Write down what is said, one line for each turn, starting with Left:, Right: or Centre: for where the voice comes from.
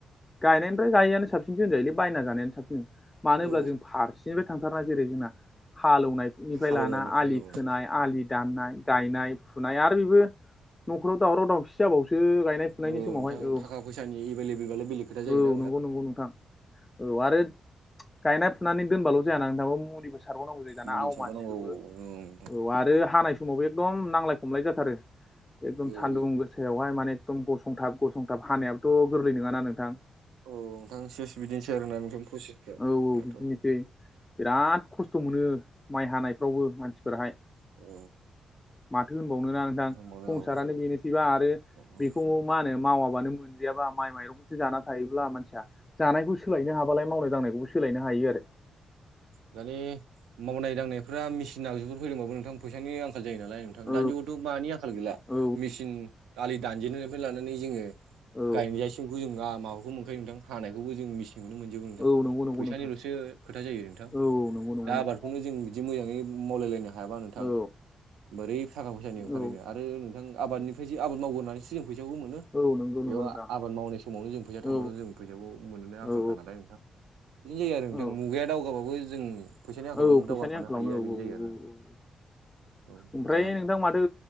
Left: गायनायनिफ्राय गायैयानो साबसिनसो होनजायोलै। बायना जानायानो साबसिन मानो होनब्ला
Right: औ
Left: जों फारसेनिफ्राय थांथारा जेरै जोंना हाल एवनायनायनिफ्राय
Right: हालौनायनिफ्राय
Left: लाना आलि
Right: औ नोंथां
Left: खोनाय आलि दाननाय गायनाय आ फुनाय आरो बेबो न'खराव दावराव दावसि जाबावसो गायनाय फुनायनि
Right: औ
Left: समावहाय
Right: नोंथां
Left: औ।
Right: थाखा फैसानि एभेललेबालाय बेलेग खोथा
Left: औ
Right: जायोना
Left: नंगौ नंगौ नोंथां औ आरो। गायना फुनानै दोनबाल' जाया ना नोंथां मुलिबो सारबावनांगौ जायो दाना
Right: मुलि
Left: आवमा
Right: फिसाबो नांगौ
Left: सोबो औ आरो।
Right: नोंथां
Left: आरो हानाय समावबो एकदम नांलाय खमलाय जाथारो एकदम
Right: औ
Left: सानदुं
Right: औ
Left: गो सायावहाय माने एखदम गसंथाब गसंथाब हानायाबोथ' गोरलै नङाना नोंथां।
Right: औ नोंथां सेस बिदिनोसै आरोना नोंथां प्रसेसफ्रा
Left: औ औ
Right: माथो
Left: बिदिनोसै बिराद खसथ' मोनो माइ हानायफ्रावबो मानसिफोराहायो
Right: औ।
Left: माथो होनबावनो ना नोंथां
Right: होनबावनो
Left: संसारानो
Right: आरो
Left: बेनोसैबा आरो
Right: आरो
Left: बेखौ मा होनो मावाबानो मोनो। गैयाबा माइ माइरंखौ जाखा थायोब्ला मानसिया जानायखौ सोलायनो हाबालाय मावनाय दांनायखौबो सोलायनो हायो आरो।
Right: दानानि मावनाय दांनायफ्रा मेसिन आगजुफोर फैदोंबाबो नोंथां फैसानि आंखा आंखाल जायो नालाय नोंथां
Left: औ
Right: दानियावथ' मानि आंखाल गैला।
Left: औ
Right: मेचिन आलि दानजेननायनिफ्राय लानानै जोङो ओ
Left: औ
Right: गायजासिमखौ जों माबाखौ मोनखायो नोंथां हानायखौबो जों मिसिनखौनो मोनो। नोंथां
Left: औ नंगौ नंगौ
Right: फैसानिल'सो
Left: नोंथां
Right: खोथा जायो नोंथां
Left: औ नंगौ नंगौ
Right: दा
Left: नोंथां
Right: आबादखौनो जोंङो बिदि मोजाङै मावलायलायनो हायाबा नोंथां।
Left: औ
Right: बोरै थाखा फैसानि ओंखारहैनो
Left: औ
Right: आरो नोंथां आबादनिफ्रायसो आबाद मावगोन होननानैसो जों फैसाखौ मोनो।
Left: औ नंगौ नंगौ
Right: बेयाव
Left: नोंथां
Right: आबाद मावनाय समावनो जों फैसा थांबाथ'
Left: औ
Right: जों फैसाखौ मोनो आंखालखा
Left: औ
Right: नालाय नोंथां बिदिनो जायो आरो नोंथां
Left: औ
Right: मुगाया दावखो होनबाबाबो जों फैसानि आंखालावनो
Left: औ फैसानि
Right: दावगाफानो
Left: आंखालावनो
Right: हाहैया
Left: औ
Right: बेनो
Left: औ
Right: जायो आरो
Left: औ
Right: दा औ
Left: ओमफ्राय
Right: दा
Left: नोंथां माथो